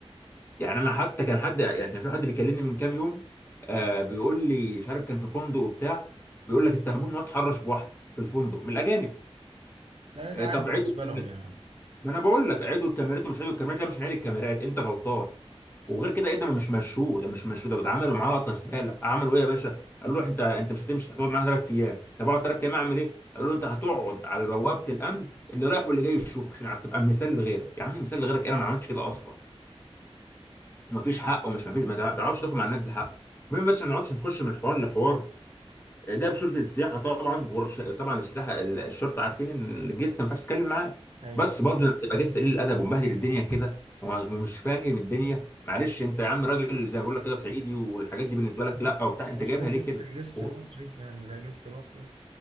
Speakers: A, on the left; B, on the right.
A: يعني انا حتى كان حد يعني كان في حد بيكلمني من كام يوم آه بيقول لي مش عارف كان في فندق وبتاع بيقول لك اتهموه ان هو اتحرش بواحده في الفندق من الاجانب
B: لا ده
A: آه
B: عادي
A: طب
B: بالنسبة
A: عيدوا الكاميرات
B: لهم يعني
A: ما انا بقول لك عيدوا الكاميرات ومش عيدوا الكاميرات لا مش هنعيد الكاميرات انت غلطان وغير كده ايه ده ما مش مشوه ده مش مشوه ده, ده عملوا معاه لقطه زباله عملوا ايه يا باشا قال له انت انت مش هتمشي هتقعد معانا ثلاث ايام طب اقعد ثلاث ايام اعمل ايه قال له انت هتقعد على بوابه الامن اللي رايح واللي جاي يشوفك عشان عارف تبقى مثال لغيرك يا عم مثال لغيرك انا ما عملتش كده اصلا ومفيش حق ومش مفيش ما تع- تعرفش تاخد مع الناس ده حق المهم بس ما نقعدش نخش من حوار لحوار جاب شرطه السياحه طبعا والرش... طبعا السياحه ال- الشرطه عارفين ان الجست ما ينفعش تتكلم معاه
B: أيوه
A: بس برضه تبقى جست قليل الادب ومبهدل الدنيا كده وما- ومش فاهم الدنيا معلش انت يا عم راجل زي ما بيقول لك كده صعيدي والحاجات دي بالنسبه لك لا وبتاع انت
B: بس
A: جايبها
B: ده جست
A: ليه كده
B: جست
A: و...
B: مصري يعني ده جست مصري